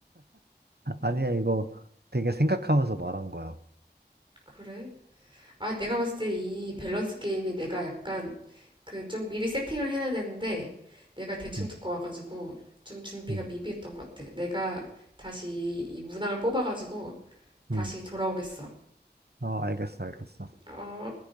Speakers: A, on the right (about 65°); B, on the right (about 30°).
A: 아니야, 이거 되게 생각하면서 말한 거야.
B: 그래. 아, 내가 봤을 때 이 밸런스 게임에 내가 약간 그 좀 미리 세팅을 해놔야 되는데 내가 대충
A: 응,
B: 듣고 와가지고 좀 준비가
A: 응,
B: 미비했던 것 같아. 내가 다시 이 문항을 뽑아가지고 다시
A: 응.
B: 돌아오겠어.
A: 어, 알겠어, 알겠어.
B: 어.